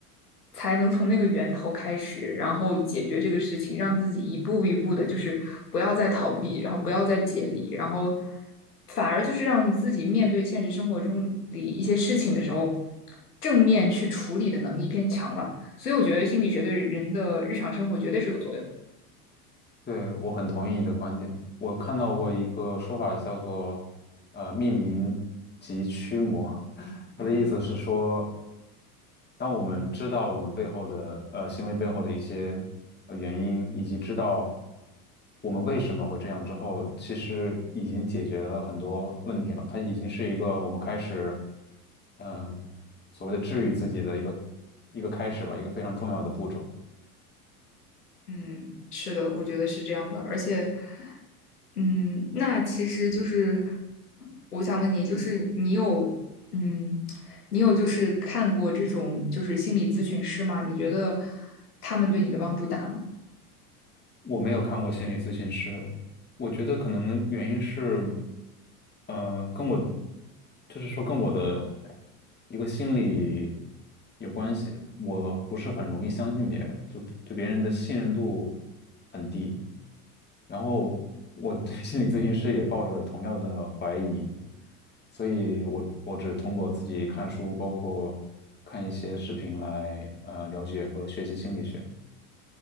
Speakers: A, on the left (about 80°); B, on the left (about 20°).
A: 才能从那个源头开始，然后解决这个事情，让自己一步一步的，就是不要再逃避，然后不要再解离，然后反而就是让自己面对现实生活中里一些事情的时候，正面去处理的能力变强了。所以我觉得心理学对人的日常生活绝对是有作用。
B: 对，我很同意你的观点。我看到过一个说法叫做呃命名及驱魔，<laughs> 它的意思是说。
A: 嗯
B: 当我们知道我们背后的呃行为背后的一些呃原因，以及知道我们为什么会这样之后，其实已经解决了很多问题了。它已经是一个我们开始嗯、所谓的治愈自己的一个一个开始吧，一个非常重要的步骤。
A: 嗯，是的，我觉得是这样的。而且，嗯，那其实就是我想问你，就是你有，嗯，你有就是看过这种就是心理咨询师吗？你觉得他们对你的帮助大吗？
B: 我没有看过心理咨询师，我觉得可能原因是，呃，跟我，就是说跟我的一个心理有关系。我不是很容易相信别人，就对别人的信任度很低。然后我对 <laughs> 心理咨询师也抱着同样的怀疑，所以我我只通过自己看书，包括看一些视频来呃了解和学习心理学。